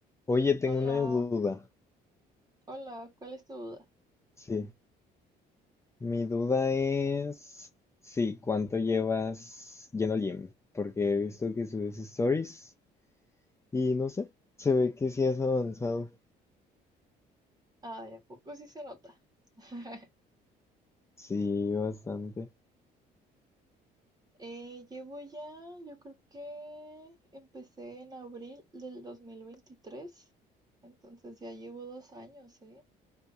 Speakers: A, on the left; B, on the right.
A: Oye, tengo
B: Hola,
A: una duda.
B: hola, ¿cuál es tu duda?
A: Sí, mi duda es, sí, ¿cuánto llevas lleno al gym? Porque he visto que subes stories y no sé, se ve que sí has avanzado.
B: Ay, ¿a poco sí se nota? <laughs>
A: Sí, bastante.
B: Eh, llevo ya, yo creo que empecé en abril del 2023, entonces ya llevo dos años, ¿eh?